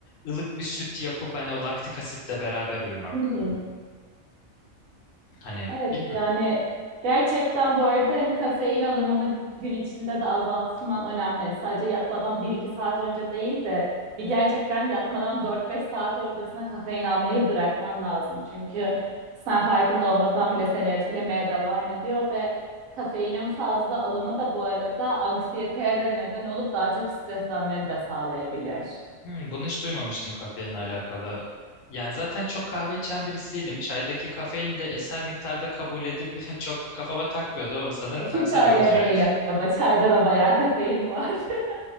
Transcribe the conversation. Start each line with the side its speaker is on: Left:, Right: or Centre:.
Left: ılık bir süt yapıp hani o laktik asitle beraber uyumak.
Right: Hı hı.
Left: Hani
Right: Evet
Left: bilmiyorum.
Right: yani gerçekten bu arada hani kafein alımını gün içinde de azaltman önemli. Yani sadece yatmadan bir iki saat önce değil de bir gerçekten yatmadan dört beş saat öncesine kafein almayı bırakman lazım. Çünkü sen farkında olmasan bile seni etkilemeye devam ediyor ve kafeinin fazla alımı da bu arada anksiyeteye de neden olup daha çok streslenmeni de sağlayabilir.
Left: Hmm, bunu hiç duymamıştım kafeinle alakalı. Yani zaten çok kahve içen birisiyim. Çaydaki kafein de eser miktarda kabul edip <laughs> çok kafama takmıyordu ama sanırım
Right: E, Hiç
Left: taksa
Right: öyle
Left: bir olacak.
Right: değil ama çayda da bayağı kafein var. <laughs>